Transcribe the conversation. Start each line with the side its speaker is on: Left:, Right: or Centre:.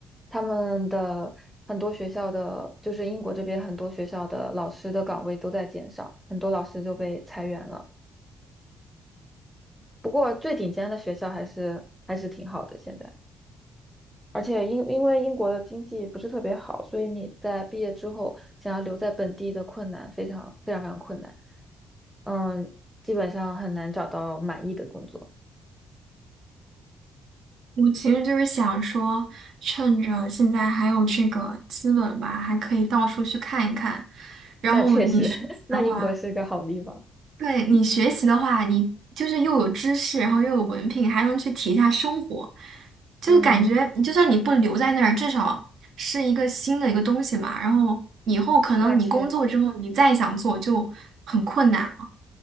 Centre: 他们的。很多学校的，就是英国这边很多学校的老师的岗位都在减少，很多老师就被裁员了。不过最顶尖的学校还是还是挺好的，现在。而且因因为英国的经济不是特别好，所以你在毕业之后想要留在本地的困难非常非常非常困难。嗯，基本上很难找到满意的工作。
Right: 我其实就是想说，趁着现在还有这个资本吧，还可以到处去看一看。
Centre: 那确实，
Right: 然后你学习的话，
Centre: <laughs> 那英国是个好地方。
Right: 对你学习的话，你就是又有知识，然后又有文凭，还能去体验一下生活，就感觉就算你不留在那儿，
Centre: 嗯，
Right: 至少是一个新的一个东西嘛。然后以后可能你工作之后，
Centre: 那确实
Right: 你再想做就很困难了。